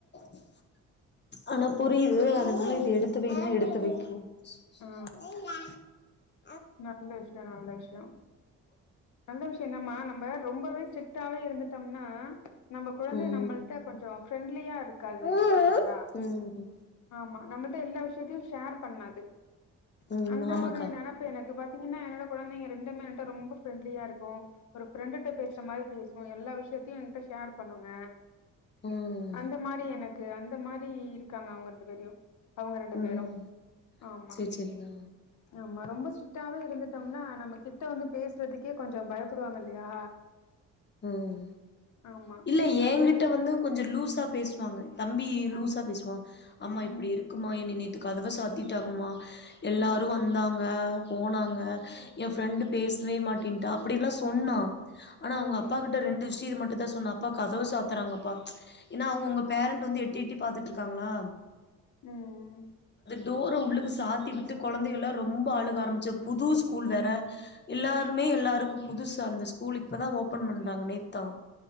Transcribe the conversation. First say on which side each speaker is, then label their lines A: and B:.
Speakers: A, on the left; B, on the left.
A: ஆ ஆனா புரியுது இது எடுத்து வைன்ன எடுத்து வை ரும்
B: ஆ
A: இந்த
B: நல்ல விஷயம் நல்ல விஷயம் நல்ல விஷயம் தாம்மா நம்ம ரொம்பவே ச ப்பாவே இருந்துட்டோம்னா நம்ம குழந்தை
A: ம்
B: நம்மளிட்ட கொஞ்சம் ஃப்ரெண்ட்லியா இருக்காது
A: ம்
B: பாத்தீங்களா
A: ம்
B: ஆமா நம்மளிட்ட எல்லா விஷயத்தையும் ஷேர் பண்ணாது
A: ம்
B: து அந்த
A: ஆமாக்கா
B: ஒரு நினப் அது பாத்தீங்கன்னா என்னோட குழந்தைங்க ரெண்டுமே ரொம்ப பிரரெண்ட்லியா இருக்கும் ஒரு பிரரெண்ட பேசுற மாதிரி பேசும் எல்லா விஷயத்தையும் ஷேர் பண்ணுங்க
A: ம்
B: அந்த மாதிரி எனக்கு அந்த மாதிரி இருக்காங்க அவங்க ரெண்டு பேரையும் அவங்க ரெண்டு பேரும்
A: ம்
B: ஆமாம்
A: சேரி சேரிக்கா
B: ஆமா ரொம்ப ஸ்டிட்டாவே இருந்துட்டோம்னா நம்ம கிட்ட வந்து பேசுறதுக்கே கொஞ்சம் பயப்புடுவாங்க இல்லையா
A: உஹம்
B: ஆமா
A: இல்ல எனங்கிட்ட
B: அது
A: வந்து கொஞ்சம் லூஸா பேசுவாங்க தம்பி லூஸா
B: ஆ
A: பேசுவான் ஆமா
B: ம்
A: இப்படி இருக்குமா நேத்து கதவை சாத்திட்டாங்கமா எல்லாரும்
B: ம்
A: வந்தாங்க போனாங்க என் ஃப்ரெண்டு் பேசவே மாட்டேன்ட்டா அப்டி எல்லாம் சொன்னான் ஆனா அவங்க
B: ம்
A: அ ரெண்டு விஷயம் மட்டும் தான் சொன்ன அப்பா கதவு சாத்துறாங்கப்பா ஏன்னா அவங்க உங்க பேரண்டட் வந்து எட்டி எட்டி பாத்துட்டு இருக்காங்களா
B: உம்
A: தூரம் உள்ளுக்கு சாத்தி விட்டு கொழந்தைகள்லாம் ரொம்ப அழுக ஆரம்பிச்சு புது ஸ்கூல் வேற எல்லாருமே எல்லாருக்கும் புதுசு அந்த ஸ்கூல் இப்போதான் ஓப்பன் ப்பன் பண்டாங்க நேத்தான்